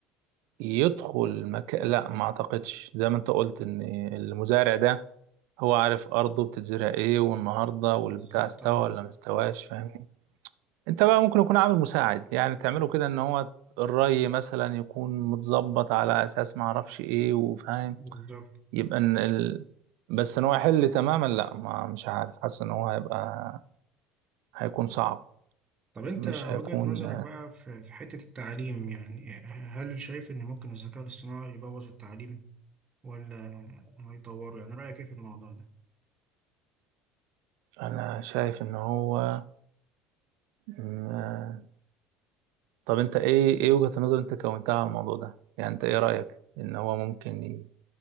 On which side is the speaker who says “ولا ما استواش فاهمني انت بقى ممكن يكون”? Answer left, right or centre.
Right